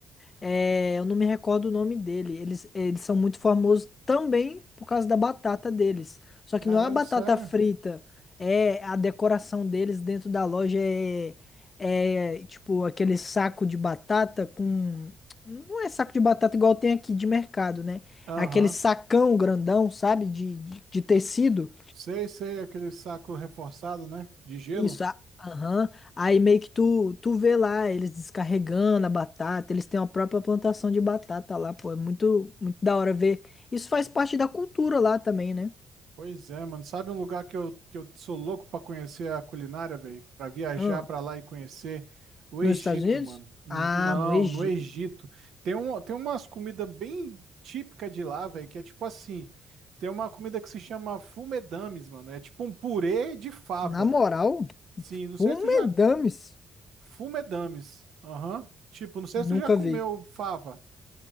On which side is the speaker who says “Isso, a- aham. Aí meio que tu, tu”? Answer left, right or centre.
Left